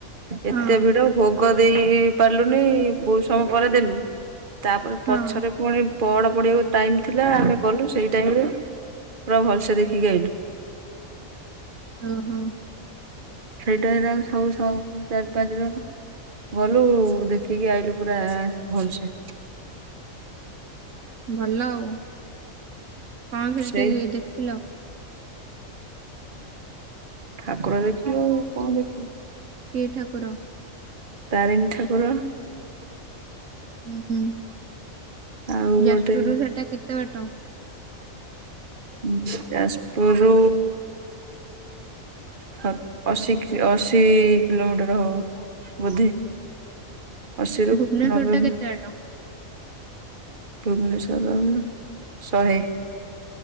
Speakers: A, on the right; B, on the right.
A: ଏତେ
B: ହଁ।
A: ଭିଡ ଭୋଗ ଦେଇ ପାରିଲୁନି ବହୁତ ସମୟ ପରେ ଦେଲୁ। ତାପରେ ପଛରେ
B: ହଁ,
A: ପୁଣି ପଡ ପଢିବାକୁ ଟାଇମ ଥିଲା ଆମେ ଗଲୁ ସେଇ ଟାଇମରେ ପୁରା ଭଲସେ ଦେଖିକି ଆଇଲୁ।
B: ଉଁ ହୁଁ।
A: ଏଟା ଏରା ସବୁ ସମ୍ ଚାରି ପାଞ୍ଚ ଜଣ ଗଲୁ ଦେଖିକି ଆଇଲୁ ପୁରା ଭଲସେ।
B: ଭଲ ଆଉ କଣ ସେ
A: ସେଇ
B: ଟିକେ ଦେଖିଲ?
A: ଠାକୁର ଦେଖିଲୁ କଣ ଦେଖିବୁ?
B: କି ଠାକୁର?
A: ତାରିଣୀ ଠାକୁର।
B: ହୁଁ ହୁଁ
A: ଆଉ ଗୋଟେ
B: ଯାଜପୁରରୁ ସେଟା କେତେ ବାଟ?
A: ଉଁ ଯାଜପୁରୁ ହ ଅଶୀ ଅଶୀ କିଲୋମିଟର ହବ ବୋଧେ? ଆଶୀ ରୁ
B: ଭୁବନେଶ୍ୱର
A: ନବେ
B: ଟା କେତେ ବାଟ?
A: ଭୁବନେଶ୍ଵରର ଶହେ।